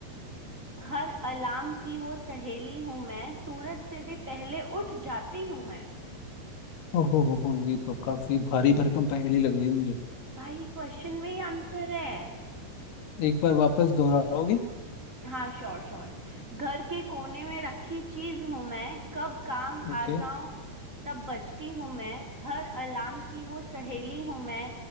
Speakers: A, on the right (about 20°); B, on the left (about 80°).
A: हर अलार्म की वो सहेली हूं मैं सूरज से भी पहले उठ जाती हूं मैं।
B: ओहो हो हो ये तो काफी भारी भरकम पहेली लग रही है मुझे
A: भाई क्वेश्चन में ही आंसर है
B: एक बार वापस दोहराओगे
A: हाँ श्योर श्योर घर के कोने में रखी चीज हूं मैं कब काम
B: ओके
A: आ जाऊं तब बजती हूं मैं हर अलार्म की वो सहेली हूं मैं